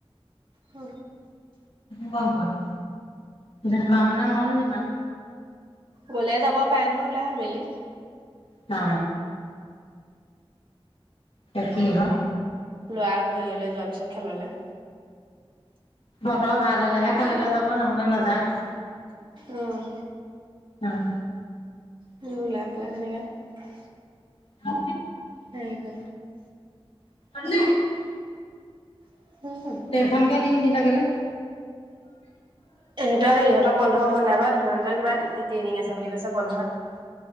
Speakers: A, on the right; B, on the left.
A: হ
B: গম পম যেনিবা মানে মন যিমান
A: গ'লে যাব পাৰে নহয় ওলাই আবেলি
B: অ কতি হ <unintelligible>
A: লোৱা <unintelligible> হেৰি হলে যোৱাৰ পিছত খেললে
B: বতৰ ভাল হলেহে খেললৈ যাব নহলে নাযায়
A: আহ
B: উম
A: ম লপেলডনেক <unintelligible>
B: অ
A: সেইব <unintelligible>
B: <unintelligible>
A: <unintelligible>
B: ট্ৰেইনখনকে দিম দি লাগিলে।
A: ইহঁতৰ হে ইহঁতৰ বন্ধ হ'ব নাই বা ধন্য় কিবা ট্ৰেইনিং আছে বুলি কৈছে বন্ধত।